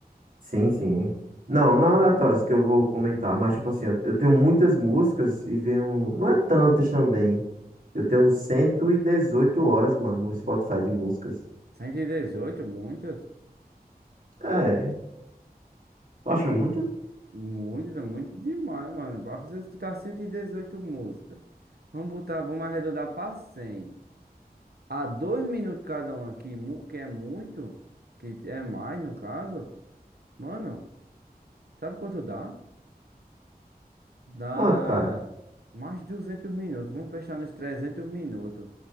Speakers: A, on the right; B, on the right.
A: Sim, sim. Não, não aleatórias que eu vou comentar, mas tipo assim, eu, eu tenho muitas músicas e venho. Não é tantas também. Eu tenho 118 horas, mano, no Spotify de músicas.
B: cento e dezoito, muitas?
A: É, tu acha muito?
B: Muitas, muito demais, mano. Pra pessoa escutar 118 músicas. Vamos botar, vamos arredondar pra 100. A dois minutos cada um aqui, mu- que é muito, que é mais no caso, mano, sabe quanto dá? Dá
A: Quanto, cara?
B: mais de 200 minutos. Vamos fechar nos 300 minutos.